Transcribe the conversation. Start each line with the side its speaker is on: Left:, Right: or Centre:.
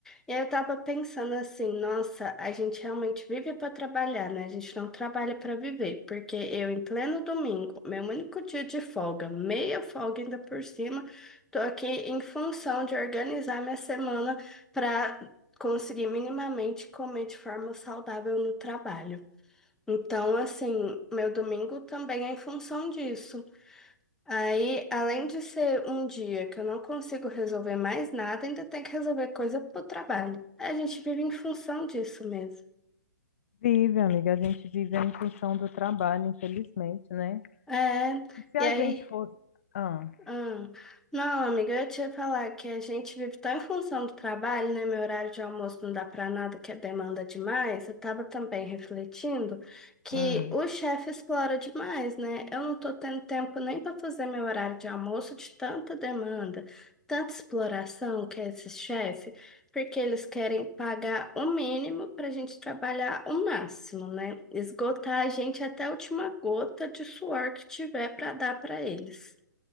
Centre: e aí eu tava pensando assim, nossa, a gente realmente vive para trabalhar, né? A gente não trabalha para viver, porque eu em pleno domingo, meu único dia de folga, meia folga ainda por cima, tô aqui em função de organizar minha semana para conseguir minimamente comer de forma saudável no trabalho. Então, assim, meu domingo também é em função disso. Aí, além de ser um dia que eu não consigo resolver mais nada, ainda tem que resolver coisa pro trabalho. A gente vive em função disso mesmo.
Left: Vive, amiga, a gente vive em função do trabalho, infelizmente, né?
Centre: É,
Left: E se
Centre: e
Left: a
Centre: aí
Left: gente fosse. Ah,
Centre: Ah, não, amiga, eu ia te falar que a gente vive tão em função do trabalho, né? Meu horário de almoço não dá pra nada, que demanda demais. Eu tava também refletindo que
Left: hum.
Centre: o chefe explora demais, né? Eu não tô tendo tempo nem pra fazer meu horário de almoço de tanta demanda, tanta exploração que é esse chefe, porque eles querem pagar o mínimo pra gente trabalhar o máximo, né? Esgotar a gente até a última gota de suor que tiver pra dar pra eles.